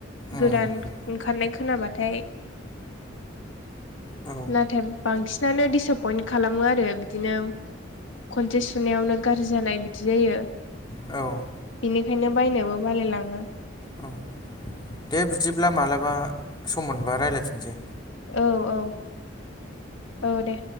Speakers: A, on the left (about 25°); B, on the left (about 80°).
A: उम
B: गोदान ओंखारनाय खोनाबाथाय
A: औ
B: नाथाय बांसिनानो दिडिसपइन्ट खालामो आरो बिदिनो खनसे सुनायावनो गाज्रि जानाय बिदि जायो।
A: औ
B: बिनिखायनो बायनोबो बालायलाङो
A: औ दे बिदिब्ला मालाबा सम मोनबा रायज्लायफिनसै
B: औ औ औ दे